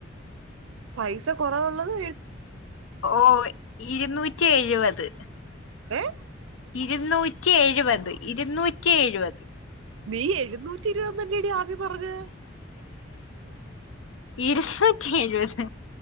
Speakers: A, on the right; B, on the left.
A: പൈസ കറാവല്ലത്
B: ഓ ഇരുന്നൂറ്റി എഴുപത്
A: ഏ
B: ഇരുന്നൂറ്റി എഴുപത് ഇരുന്നൂറ്റി എഴുപത്
A: നീ എഴുന്നൂറ്റി ഇരുപതല്ലടി ആദ്യം പറഞ്ഞത്
B: ഇരുപറ്റി എഴുപത്